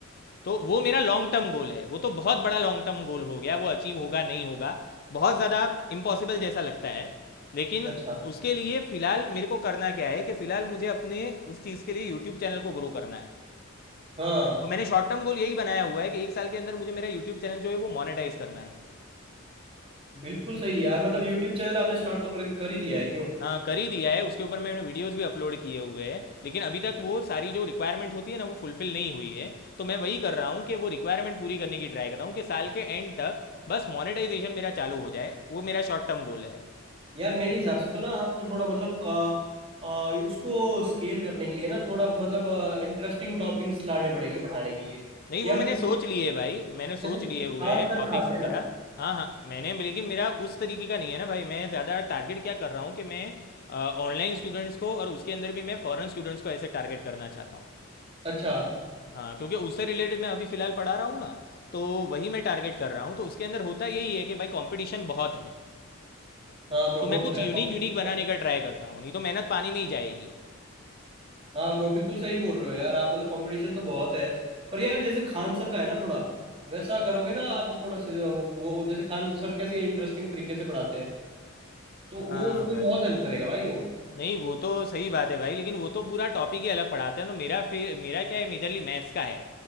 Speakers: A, on the left; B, on the right.
A: तो वो मेरा लॉन्ग टर्म गोल है वो तो बहुत बड़ा लॉन्ग टर्म गोल हो गया वो अचीव होगा नहीं होगा बहुत ज़्यादा इम्पॉसिबल जैसा लगता है लेकिन
B: अच्छा
A: उसके लिए फिलहाल मेरे को करना क्या है कि फिलहाल मुझे अपने उस चीज़ के लिए यूट्यूब चैनल को ग्रो करना है
B: हाँ
A: तो मैंने शॉर्ट टर्म गोल यही बनाया हुआ है कि एक साल के अंदर मुझे मेरा यूट्यूब चैनल जो है वो मोनेटाइज करना है
B: बिल्कुल सही यार मतलब यूट्यूब चैनल आपने स्टार्ट तो कर, कर ही दिया है क्यों
A: हाँ कर ही दिया है उसके ऊपर मैंने वीडियोस भी अपलोड किए हुए हैं लेकिन अभी तक वो सारी जो रिक्वायरमेंट होती है ना वो फुलफिल नहीं हुई है तो मैं वही कर रहा हूँ कि वो रिक्वायरमेंट पूरी करने की ट्राई कर रहा हूँ कि साल के एंड तक बस मोनेटाइजेशन मेरा चालू हो जाए वो मेरा शॉर्ट टर्म गोल है
B: यार मेरे हिसाब से तो ना आपको थोड़ा मतलब अ, अ, उसको स्केल करने के लिए ना थोड़ा मतलब इंटरेस्टिंग टॉपिक्स लाने पड़ेंगे पढ़ाने के लिए
A: नहीं वो
B: या
A: मैंने
B: फिर
A: सोच लिए भाई मैंने सोच
B: जैसे
A: लिए
B: खान
A: हुए
B: सर
A: टॉपिक्स
B: पढ़ाते
A: वगैरह
B: हैं ना
A: हाँ हाँ मैंने लेकिन मेरा उस तरीके का नहीं है ना भाई मैं ज़्यादा टारगेट क्या कर रहा हूँ कि मैं ऑनलाइन स्टूडेंट्स को और उसके अंदर भी मैं फॉरेन स्टूडेंट्स को ऐसे टारगेट करना चाहता हूँ
B: अच्छा
A: हाँ क्योंकि उससे रिलेटेड मैं अभी फ़िलहाल पढ़ा रहा हूँ ना तो वही मैं टारगेट कर रहा हूँ तो उसके अंदर होता यही है कि भाई कंपटीशन बहुत है
B: हाँ ब्रो
A: तो मैं
B: वो
A: कुछ
B: तो है
A: यूनिक
B: कॉमेडी।
A: यूनिक बनाने का ट्राई करता हूँ नहीं तो मेहनत पानी में ही जाएगी
B: हाँ ब्रो बिल्कुल सही बोल रहे हो यार आप मतलब कंपटीशन तो बहुत है पर यार जैसे खान सर का है ना थोड़ा वैसा करोगे ना आप थोड़ा से वो जैसे खान सर कैसे इंटरेस्टिंग तरीके से पढ़ाते हैं तो
A: हाँ
B: वो उसमें
A: भाई
B: बहुत हेल्प करेगा भाई वो
A: नहीं वो तो सही बात है भाई लेकिन वो तो पूरा टॉपिक ही अलग पढ़ाते हैं ना मेरा फिर मेरा क्या है मेजरली मैथ्स का है